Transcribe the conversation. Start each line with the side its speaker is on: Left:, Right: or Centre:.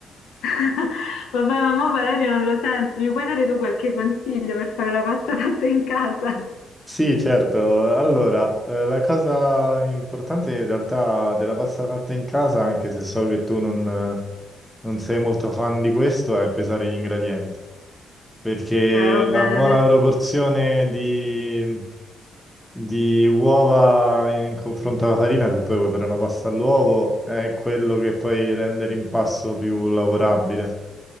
Left: <laughs> Vabbè, mamma Valerio non lo sento, mi puoi dare tu qualche consiglio per fare la pasta fatta in casa?
Centre: Sì, certo. Allora, eh, la cosa importante in realtà della pasta fatta in casa, anche se so che tu non, non sei molto fan di questo, è pesare gli ingredienti. Perché
Left: Eh, va bene,
Centre: la buona proporzione di, di uova in confronto alla farina, se poi vuoi fare una pasta all'uovo, è quello che poi rende l'impasto più lavorabile.